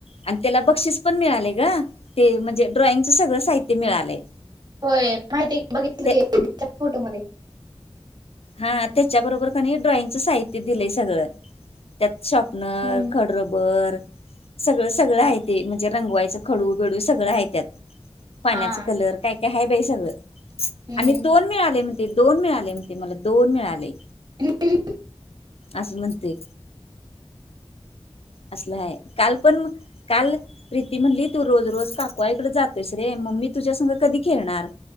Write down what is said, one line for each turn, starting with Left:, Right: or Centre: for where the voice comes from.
Left: आणि त्याला बक्षीस पण मिळालय ग ते म्हणजे ड्रॉइंगचं सगळं साहित्य मिळालंय.
Right: होय माहिती आहे <inaudible> बघितलं
Left: ते
Right: <inaudible> च्या फोटोमध्ये
Left: हा त्याच्याबरोबर कनी ड्रॉइंगचं साहित्य दिलंय सगळं त्यात शॉपनर,
Right: हम्म
Left: खडरबर सगळं सगळं हाय ते म्हणजे रंगवायचं खडू बीडू सगळं हाय त्यात पाण्याचा
Right: हा
Left: कलर काय काय हाय बाई सगळं
Right: हम्म
Left: आणि दोन मिळालय म्हणतंय दोन मिळालय म्हणते मला दोन मिळालय.
Right: <inaudible>
Left: असं म्हणतय असला हाय काल पण काल प्रीती म्हणली तू रोज रोज काकू आईकड जातोस रे म मी तुझ्यासंग कधी खेळणार